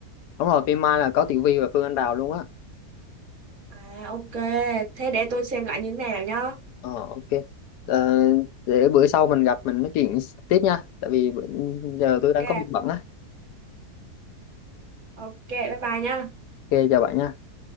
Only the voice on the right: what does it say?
à ok thế để tôi xem lại như thế nào nhá
ok
ok bye bye nhá